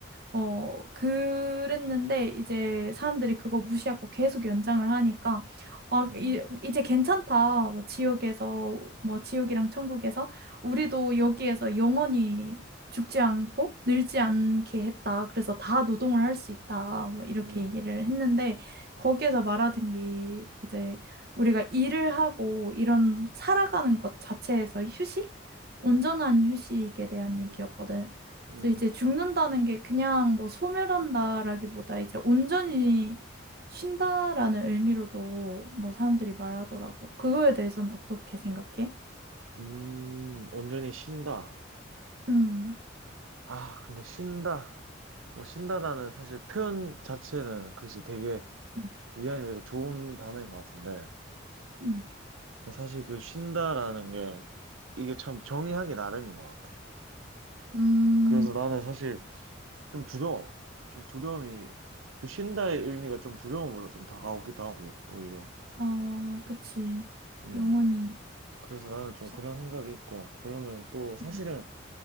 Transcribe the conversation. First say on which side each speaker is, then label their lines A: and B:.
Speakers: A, on the right (about 50°); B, on the right (about 85°).
A: 어, 그랬는데 이제 사람들이 그거 무시하고 계속 연장을 하니까 아,
B: 음,
A: 이, 이제 괜찮다. 뭐 지옥에서 뭐 지옥이랑 천국에서 우리도 여기에서 영원히 죽지 않고 늙지 않게 했다. 그래서 다 노동을 할 수 있다. 뭐 이렇게
B: 음, 음,
A: 얘기를 했는데 거기에서 말하던 게 이제 우리가 일을 하고 이런 살아가는 것 자체에서 휴식? 온전한 휴식에 대한
B: 음,
A: 얘기였거든.
B: 음.
A: 그래서 이제 죽는다는 게 그냥 뭐 소멸한다라기보다 이제 온전히 쉰다라는 의미로도 뭐 사람들이 말하더라고. 그거에 대해서는 어떻게 생각해?
B: 음, 온전히 쉰다.
A: 음,
B: 아, 근데 쉰다. 뭐, 쉰다라는 사실 표현 자체는 그것이 되게
A: 음,
B: 위안이 되고 좋은 단어인 것 같은데,
A: 음,
B: 사실 그 쉰다라는 게 이게 참 정의하기 나름인 것 같아.
A: 음,
B: 그래서 나는 사실 좀 두려워. 좀 두려움이, 그 쉰다의 의미가 좀 두려움으로 좀 다가오기도 하고, 오히려.
A: 어, 그치.
B: 음,
A: 영원히
B: 그래서 나는 좀
A: 쉰다.
B: 그런 생각이 있고, 그러면 또 사실은
A: 음,